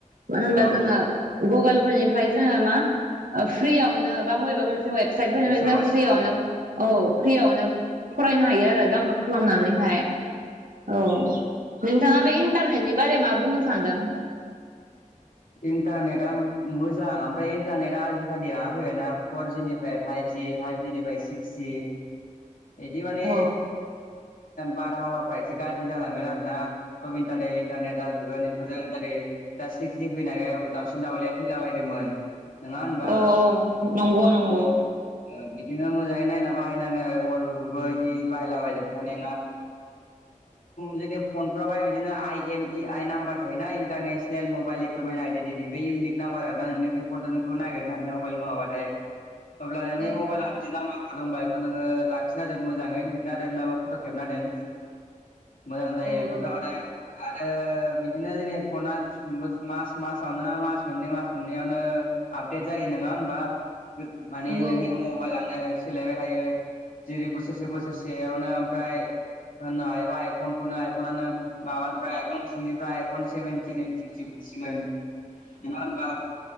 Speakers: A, on the right; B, on the left.
A: मानो होनबा
B: औ
A: जोंङो
B: औ
A: गुगोल फोरनिफ्राय जोंङो मा फ्रियावनो बा बबेबा मोनसे वेब साइ
B: फैसा
A: जों
B: बासिगोन
A: फ्रियावनो औ फ्रियावनो फरायनो हायो आरो डाउनलड खालामनानैहाय। औ नोंथाङा बे इन्टारनेटनि बारै मा बुंनो सानदों?
B: इन्टारनेटआ मोजां ओमफ्राय इन्टारनेटआ आजिखालि माबा फैबायना फरजिनिफ्राय पाइप फाइभज फाइभजनिफ्राय सिक्स जि
A: <inaudible>
B: एदि माने
A: औ
B: बारहावाफ्रा एसे गाज्रि जालांगोन आरो ना थब इन्टारनेट इन्टारनेट जाजोबगोन बेफोर सिक् जि फैनायखाय दाउसिन दाउलाया थैलाबायदोंमोन। नङा होनबा
A: औ नंगौ
B: <inaudible>
A: नंगौ।
B: बिदिनो ओ बिदिनो मोजाङै नायना बाहायनांगोन आरो मबाइलफोरखौबो बिदि बाहायलाबायायजाबबाय थानाय नङा। जोंनि फनफ्रावहाय बिदिनो I M E I number थायोना international mobile mobile equipment identity बे इउनिक नाम्बार आर नों बे फनजों नोंखौ नागिरनो हायो ना मबाइल गोमाबाथाय। अब्ला नोंनि
A: औ
B: मबाइला बिदि नामा? रंबायखौ नोङो लाखिना दोन मोजाङै लिरना दोन नबा फट' खेबना दोन। मोजां जायो
A: औ
B: बेफोर
A: औ
B: थाबाथाय आरो बिदिनो जोंनि फना मोस मास मासावनो ना मास मोननै मास मोननैयावनो आपदेट जायो नोङा होमबा? माने
A: नंगौ।
B: नोंनि मबाइलानो सोलायबाय थायो। जेरै बोसोरसे बोसोरसेयावनो ओमफ्राय ओनो हायोबा आइपन खोनो आइपनानो माबानिफ्राय आइपन टुवेलेनिफ्राय आइपन सेभेनटिन ओयतिन <unintelligible> सिमोन नङा होमबा?